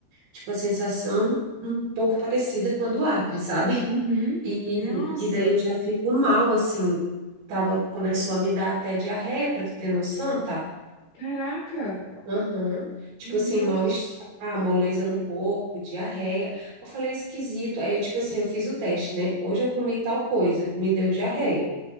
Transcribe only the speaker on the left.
uhum.
Nossa,
caraca,
meu
Deus.